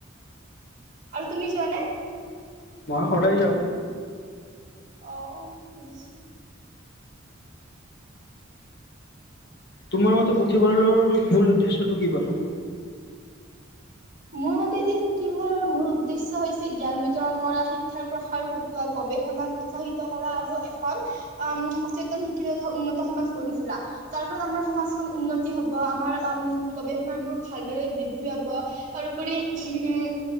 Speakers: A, on the right (about 40°); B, on the left (about 55°).
A: আৰু তুমি যোৱানে?
B: মই সদায় যাওঁ।
A: অ বুজিছো।
B: তোমাৰ মতে পুথিভঁৰালৰ মূল উদ্দেশ্যটো কি বাৰু,
A: মোৰ মতে দি পুথিভঁৰালৰ মূল উদ্দেশ্য হৈছে জ্ঞান বিতৰণ কৰা শিক্ষাৰ প্ৰসাৰ ঘটোৱা গৱেষণা উৎ। সাহিত কৰা আৰু এখন আ সচেতন শিক্ষিত তথা উন্নত সমাজ গঢ়ি তোল তাৰ ফলত আমাৰ সমাজখন উন্নতি হব, আমাৰ উম গৱেষণাবোৰ ভালদৰে বৃদ্ধি পাব তাৰোপৰি উ উম